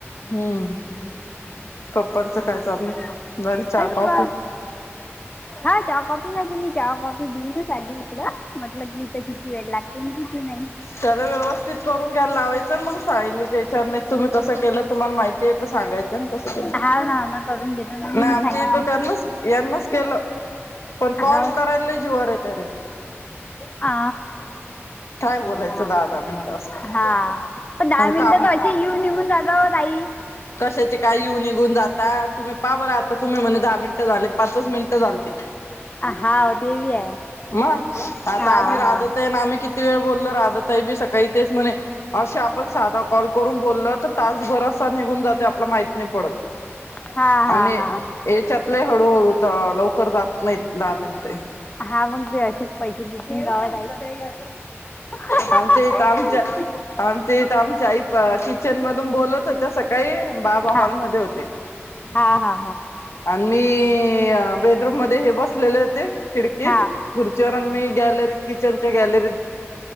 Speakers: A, on the left; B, on the left.
A: हम्म पप्पांचं काय
B: बा
A: चाललं झाली चहा कॉफी
B: हाय कॉपी मी हा कॉफी देऊ ना सा इकड म्हटल की इथं किती वेळ लागते किती नाही.
A: सर व्यवस्थित करून घ्यायला लावायच. मग सांगितलीच्या नाही तुम्ही कसं केलं तुम्हाला माहिती आहे तर सांगायचं कस केलं
B: हाव ना हाव ना करून देतो ना मी
A: नाही आमच्या
B: सांगितलं
A: इथ त्यांनाच यांनाच केलं पण कॉल
B: हाव
A: करायला जीवरवर येत.
B: आ
A: काय बोलायचं
B: हा
A: दहा दहा मिनटं असं..
B: हा पण दहा मिनिटं
A: काम
B: तर अशी येऊन निघून जातात ओ ताई
A: कशाचे काय येऊन निघून जाता तुम्ही पाहा बर आता तुम्ही म्हणे दहा मिनिटं झाले पाचच मिनिट झाल ते
B: हाव ते बी आहे
A: म आता
B: हा
A: आम्ही राधतय
B: हा
A: ना आम्ही किती वेळ बोललो रा राधाताईबी सकाळी तेच म्हणे अस. आपण साधा कॉल करून बोलल तर तासभरासा निघून जाते आपला माहत नाही पडत
B: हा हा
A: आणि
B: हा
A: याच्यातले हळूहळू तर लवकर जात नाही दहा मिनटे..
B: हा मग तेचेच पैसे दतीलन काय ताई.. <unintelligible>
A: आमच्या इथं आमच्या आमच्या आमच्या आई किचन मधून बोलत होत्या सकाळी बाबा
B: हा
A: हॉलमध्ये होते
B: हा हा
A: आणि मी बेडरूम मध्ये हे बसलेले होते खिडकीत
B: हा हा
A: खुर्चीवर मी गॅलरीत किचनच्या गॅलरी.
B: ह